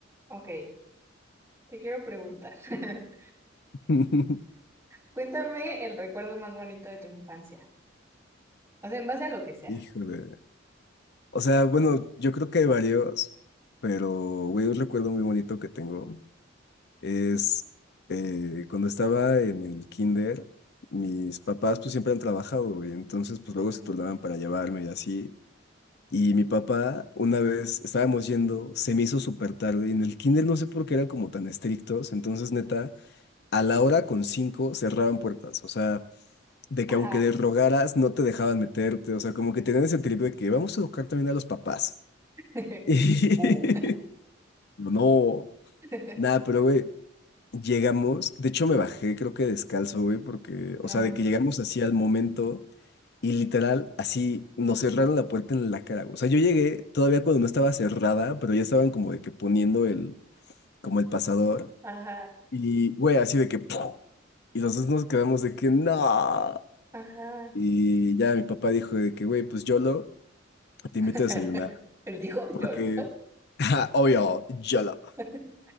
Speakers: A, on the right; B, on the left.
A: Ok, te quiero preguntar. <laughs>
B: <laughs>
A: Cuéntame el recuerdo más bonito de tu infancia. O sea, en base a lo que sea.
B: Híjole. O sea, bueno, yo creo que hay varios, pero, güey, un recuerdo muy bonito que tengo es eh, cuando estaba en el kinder, mis papás pues siempre han trabajado, güey, entonces pues luego
A: Ujú.
B: se turnaban para llevarme y así. Y mi papá, una vez estábamos yendo, se me hizo súper tarde y en el kinder no sé por qué eran como tan estrictos, entonces neta, a la hora con cinco cerraban puertas, o sea, de
A: Ajá.
B: que aunque les rogaras, no te dejaban meterte, o sea, como que tenían ese trip de que vamos a educar también a los papás.
A: <laughs>
B: <laughs> Y
A: Ento- Bu.
B: yo, no,
A: <laughs>
B: nada, pero güey, llegamos, de hecho me bajé, creo que descalzo, güey, porque, o
A: No
B: sea,
A: manches.
B: de que llegamos así al momento y literal, así nos cerraron la puerta en la cara, güey. O sea, yo llegué todavía cuando no estaba cerrada, pero ya estaban como de que poniendo el, como el pasador.
A: Ajá,
B: Y, güey, así de que, ¡pum! Y los dos nos quedamos de que, no.
A: ajá.
B: Y ya mi papá dijo de que, güey, pues YOLO, te
A: <laughs>
B: invito a desayunar.
A: Él dijo YOLO.
B: Porque, <laughs> ja, obvio, YOLO.
A: <laughs>